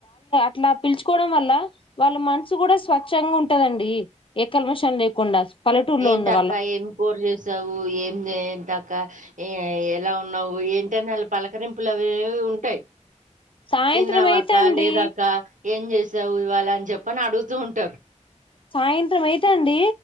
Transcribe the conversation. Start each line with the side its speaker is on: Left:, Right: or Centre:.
Left: ఇట్లా పిలుచుకోవడం వల్ల వాళ్ళ మనసు కూడా స్వచ్ఛంగా ఉంటందండి ఏ కల్ మషం లేకుండా పల్లెటూరు లో
Right: "ఏంటక్క
Left: ఉండు
Right: ఏం కూర్ చేసావు ఏం చేమటక్క ఏ ఎ ఎలా ఉన్నావు ఏంటని వాళ్ళ పలకరింపులు అవి ఉంటాయి్
Left: సాయంత్రం
Right: తిన్నావాక్క
Left: అయితే అండి
Right: లేదా అక్క ఏం చేసి ఇ్వళ అని చెప్పని అడుగుతూ ఉంటారు
Left: సాయంత్రం అయితే అండి